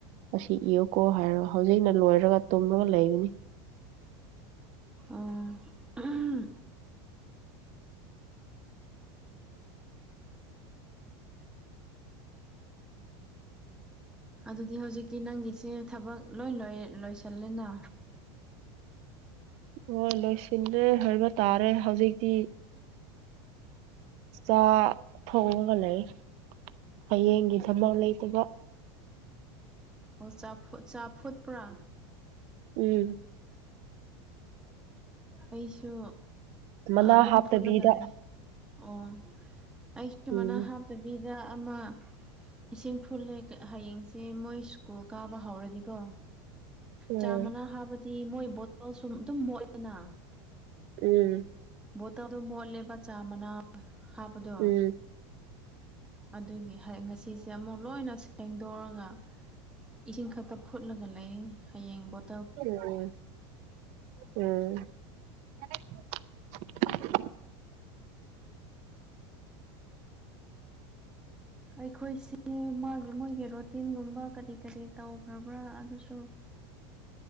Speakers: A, on the right (about 50°); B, in the centre.
A: ꯑꯁꯤ ꯏꯌꯨꯀꯣ ꯍꯥꯏꯔꯒ ꯍꯧꯖꯤꯛꯅ ꯂꯣꯏꯔꯒ ꯇꯨꯝꯔꯒ ꯂꯩꯕꯅꯤ
B: ꯑꯥ ꯍꯝ ꯑꯗꯨꯗꯤ ꯍꯧꯖꯤꯛꯇꯤ ꯅꯪꯒꯤꯁꯦ ꯊꯕꯛ ꯂꯣꯏ ꯂꯣꯏꯔꯦ ꯂꯣꯢꯁꯤꯜꯂꯦꯅ
A: ꯍꯣꯏ ꯂꯣꯏꯁꯤꯟꯂꯦ ꯍꯥꯏꯕ ꯇꯥꯔꯦ ꯍꯧꯖꯤꯛꯇꯤ ꯆꯥ ꯊꯛꯒ ꯂꯩ ꯍꯌꯦꯡꯒꯤ ꯊꯕꯛ ꯂꯩꯇꯕ
B: ꯑꯣ ꯆꯥꯐꯨ ꯆꯥꯐꯨꯠꯄ꯭ꯔꯥ
A: ꯎꯝ
B: ꯑꯩꯁꯨ
A: ꯃꯅꯥ
B: ꯑꯗꯨꯝ
A: ꯍꯥꯞꯇꯕꯤꯗ
B: ꯐꯨꯠꯂꯒ ꯂꯩ ꯑꯣ ꯑꯩ ꯁꯨꯃꯥꯏꯅ
A: ꯎꯝ
B: ꯍꯥꯞꯇꯕꯤꯗ ꯑꯃ ꯏꯁꯤꯡ ꯐꯨꯠꯂꯦ ꯍꯌꯦꯡꯁꯦ ꯃꯣꯏ ꯁ꯭ꯀꯨꯜ ꯀꯥꯕ ꯍꯧꯔꯗꯤꯀꯣ
A: ꯎꯝ
B: ꯆꯥ ꯃꯅꯥ ꯍꯥꯕꯗꯤ ꯃꯣꯏ ꯕꯣꯇꯜ ꯁꯨ ꯑꯗꯨꯝ ꯃꯣꯠꯂꯦꯅ
A: ꯎꯝ
B: ꯕꯣꯇꯜꯗꯣ ꯃꯣꯠꯂꯦꯕ ꯆꯥ ꯃꯅꯥ ꯍꯥꯞꯄꯗꯣ
A: ꯎꯝ
B: ꯑꯗꯨꯒꯤ ꯉꯁꯤꯁꯦ ꯑꯃꯨꯛ ꯂꯣꯏꯅ ꯁꯦꯡꯗꯣꯛꯔꯒ ꯏꯁꯤꯡ ꯈꯛꯇ ꯐꯨꯠꯂꯒ ꯂꯩ ꯍꯌꯦꯡ ꯕꯣꯠ
A: ꯎꯝ ꯎꯝ <unintelligible>
B: ꯑꯩꯈꯣꯏꯁꯤ ꯃꯥꯒꯤ ꯃꯣꯏꯒꯤ ꯔꯣꯇꯤꯟꯒꯨꯝꯕ ꯀꯔꯤ ꯀꯔꯤ ꯇꯧꯈ꯭ꯔꯕ꯭ꯔꯥ ꯑꯗꯨꯁꯨ <inaudible>